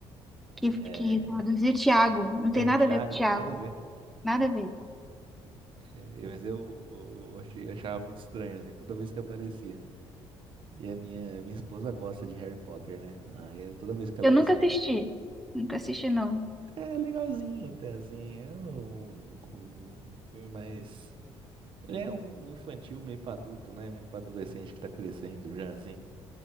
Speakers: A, in the centre; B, on the right.
A: Que,
B: É,
A: que traduzir Thiago. Não tem
B: é
A: nada
B: Tiago,
A: a ver com Thiago.
B: não tem nada a ver.
A: Nada a ver.
B: É, mas eu, achei, achava muito estranho, assim, toda vez que aparecia. E a minha, minha esposa gosta de Harry Potter, né? Aí toda vez que ela
A: Eu
B: ia
A: nunca
B: assistir.
A: assisti. Nunca assisti, não.
B: É legalzinho até, assim. É um, um um filme mais. Ele é um, um infantil meio pra adulto, né? Meio pra adolescente que tá crescendo já, assim.